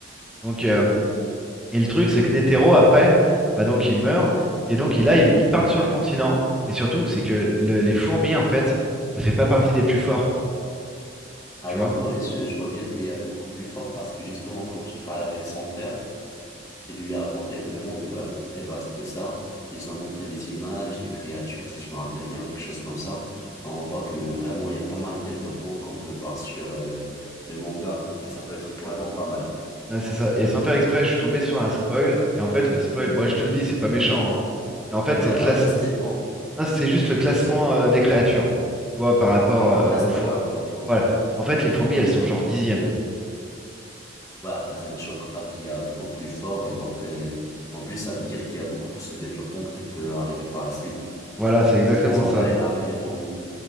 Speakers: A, in the centre; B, on the left.
A: Donc, euh, Et le truc, c'est que Netero, après, bah donc il meurt. Et donc, il, là, ils ils partent sur le continent. Mais surtout, c'est que le- les fourmis, en fait, ça fait pas partie des plus forts.
B: Ah,
A: Tu
B: et
A: vois?
B: en- ouais, je, je vois bien qu'il y a beaucoup plus fort parce que justement, quand il parlait avec son père, il lui a raconté que le monde est vraiment très vaste que ça. Ils ont montré des images, des créatures, si je me rappelle bien, quelque chose comme ça. Et on voit que vraiment, il y a pas mal de développement qu'on peut voir sur euh, le manga et ça peut être vraiment pas mal.
A: Ah, c'est ça. Et sans faire exprès, je suis tombé sur un spoil. Et en fait, le spoil, moi je te le dis, c'est pas méchant.
B: Hmm.
A: hein. Et en fait,
B: Bah,
A: c'est le classe...
B: après, ça
A: c'est
B: dépend.
A: non, c'est juste le classement
B: Oui, Si,
A: euh, des créatures. Tu vois, par rapport
B: ouais,
A: euh,
B: ah,
A: aux
B: c'est
A: faux.
B: pas grave, ouais, dis-moi.
A: Voilà. En fait, les fourmis, elles sont genre dixièmes.
B: Ouais, après, ça ne me choque pas qu'il y a beaucoup plus fort et donc, euh, en plus, ça veut dire qu'il y a beaucoup plus de développement qui peut arriver par la suite
A: Voilà, c'est exactement
B: parce qu'ils ont
A: ça.
B: galéré avec les fourmis.